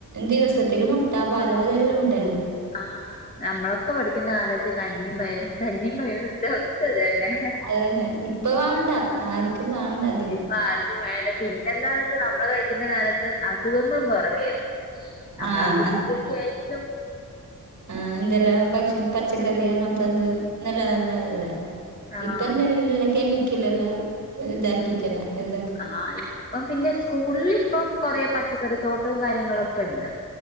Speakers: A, on the right; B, on the left.
A: ദിവസത്തില് മുട്ട, പാല് അതെല്ലോം ഉണ്ടല്ലോ?
B: ആഹ് ഞമ്മളൊക്കെ പഠിക്കുന്ന കാലത്ത് കഞ്ഞിയും പയറും കഞ്ഞീം പയറും ന്റെ അവസ്ഥതന്നെ.
A: അത് തന്നെ ഇപ്പ വാണ്ട ആർക്കും വാണ്ടല്ലോ
B: ഇപ്പൊ ആർക്കും വേണ്ട പിന്നെന്താന്ന് ച്ചാ നമ്മള് കഴിക്കുന്ന കാലത്ത് അസുഖങ്ങളും കൊറവേന്നു. നമ്മളെ
A: ആഹ്
B: ഫുഡിന്റൊക്കെ ആയിരിക്കും.
A: ആഹ് എന്തെല്ലാം ഭക്ഷ പച്ചക്കറി അങ്ങനത്തെന്ത് നല്ല നല്ലനല്ലല്ലേ?
B: ആഹ്
A: ഇപ്പ എന്തല്ലാ കെമിക്കൽ എല്ലാം ഇതാക്കിട്ടല്ലേ ഇത
B: ആ ഇപ്പം പിന്നെ സ്കൂളിൽ ഇപ്പം കൊറേ പച്ചക്കറി തോട്ടവും കാര്യങ്ങളൊക്കെണ്ട്.